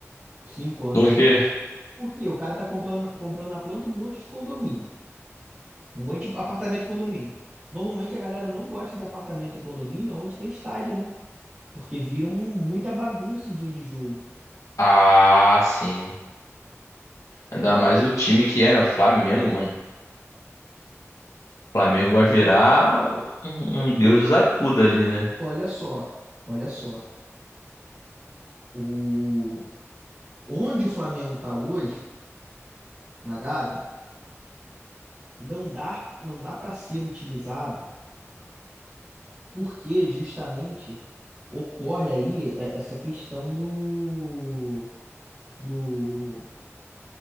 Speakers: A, on the right (about 30°); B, on the left (about 85°).
A: 5 anos,
B: Por
A: sei
B: quê?
A: lá. Por quê? O cara tá comprando, comprando na planta um monte de condomínio. Um monte de apartamento e condomínio. Normalmente a galera não gosta de apartamento e condomínio onde tem estádio, né? porque viram muita bagunça em dia de jogo.
B: Ah, sim. Ainda mais o time que é, né? O Flamengo, mano. O Flamengo vai virar um, um deus dos acuda ali, né?
A: Olha só, olha só. O... Onde o Flamengo está hoje, na Gávea, não dá, não dá para ser utilizado, porque justamente ocorre aí é, essa questão do, do